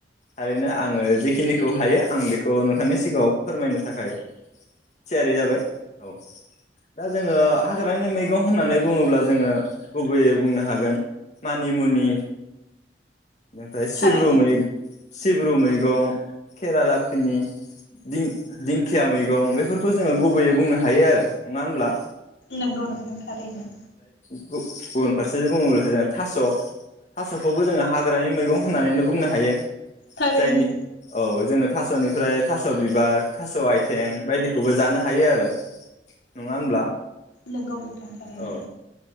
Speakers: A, on the left; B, on the left.
A: थारैनो आङो जिखिनि खौ हायो आं बे खौ नोंथांनि सिगाङाव फोरमायनो थाखाय थियारि जाबाय औ दा जोङो हाग्रानि मैगं होननानै बुङोब्ला जोङो गुबैयै बुंनो हागोन मानिमुनि ओमफाय सिब्रु
B: थारैनो
A: मै सिब्रु मैगं खेरादा उम दि दिंखिया मैगं बेफोरखौ जोङो गुबैयै बुंनो हायो आरो नङा होनब्ला?
B: नोंगौ नोंथां थारैनो
A: गु गुबुन फारसेजों बुङोब्लाथाय जों थास थासखौबो जोङो हाग्रानि मैगं होननानैनो बुंनो हायो।
B: थारैनो
A: जायनि औ जोङो थास'निफ्राय थास' बिबार थास आइथें बायदिखौबो जानो थायो आरो नङा होनब्ला?
B: नोंगौ नोंथां थारैनो
A: औ